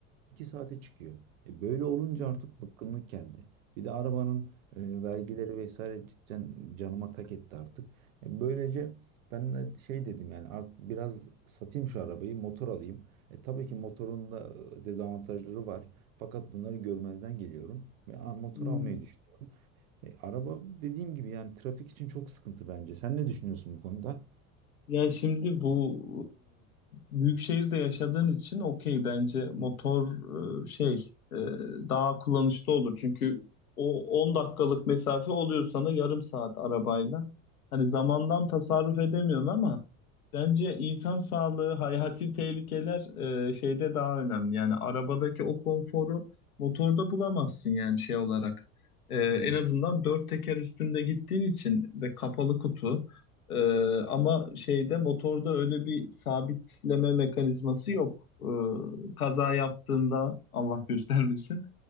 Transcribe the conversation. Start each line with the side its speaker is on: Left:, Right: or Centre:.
Right: iki saate çıkıyor. E, böyle olunca
Left: hı,
Right: artık bıkkınlık geldi. Bir de arabanın e, vergileri vesaire cidden canıma tak etti artık. E, böylece ben de şey dedim yani artık biraz satayım şu arabayı, motor alayım. E, tabii ki motorun da e, dezavantajları var. Fakat bunları görmezden geliyorum ve a, motor
Left: hı.
Right: almayı düşünüyorum. E, araba dediğim gibi yani trafik için çok sıkıntı bence. Sen ne düşünüyorsun bu konuda?
Left: Yani şimdi bu e, büyük şehirde yaşadığın için okey bence motor e, şey e, daha kullanışlı olur. Çünkü o 10 dakikalık mesafe oluyor sana yarım saat arabayla. Hani zamandan tasarruf edemiyorsun ama bence insan sağlığı, <laughs> hayati tehlikeler e, şeyde daha önemli. Yani arabadaki o konforu motorda bulamazsın yani şey olarak. E, en
Right: Hmm,
Left: azından dört teker üstünde gittiğin için ve kapalı kutu. Ee, ama şeyde motorda öyle bir sabitleme mekanizması yok. Ee, kaza yaptığında Allah göstermesin